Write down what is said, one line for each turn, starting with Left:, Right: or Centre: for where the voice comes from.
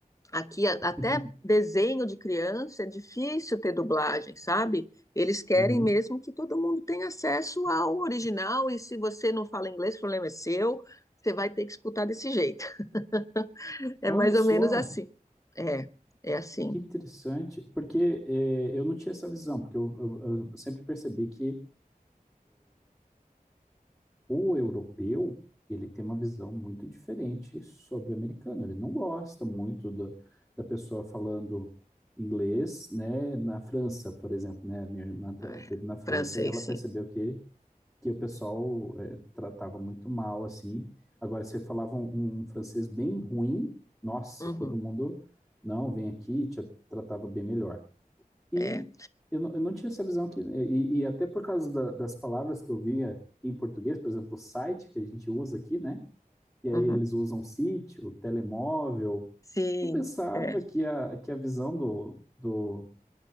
Left: Aqui a-
Centre: <laughs>
Left: até desenho de criança é difícil ter dublagem, sabe? Eles querem
Centre: Uhum.
Left: mesmo que todo mundo tenha acesso ao original e se você não fala inglês, o problema é seu. Você vai ter que escutar desse jeito. <laughs> É
Centre: Olha
Left: mais
Centre: só.
Left: ou menos assim. É, é assim.
Centre: Que interessante, porque é, eu não tinha essa visão, porque eu, eu- eu sempre percebi que o europeu, ele tem uma visão muito diferente sobre o americano. Ele não gosta muito da, da pessoa falando inglês, né? Na França, por exemplo, né? A minha irmã ta-
Left: É,
Centre: teve na França
Left: francês,
Centre: e ela percebeu
Left: sim.
Centre: que, que o pessoal é, tratava muito mal, assim. Agora, se falava um, um um francês bem ruim, nossa,
Left: Uhum,
Centre: todo mundo, não, vem aqui, te tratava bem melhor. E
Left: é.
Centre: eu não, eu não tinha essa visão que. E, e até por causa da- das palavras que eu via em português, por exemplo, o site que a gente usa aqui, né? E aí
Left: Uhum.
Centre: eles usam sítio, telemóvel.
Left: Sim.
Centre: Eu pensava
Left: é.
Centre: que a, que a visão do, do,